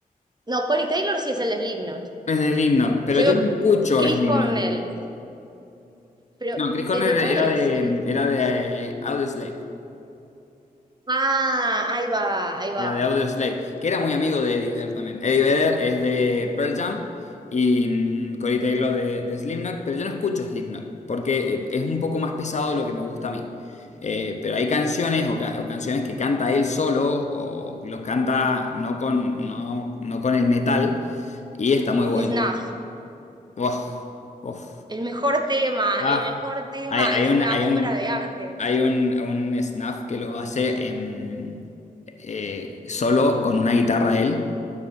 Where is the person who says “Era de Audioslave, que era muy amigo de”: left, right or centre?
Left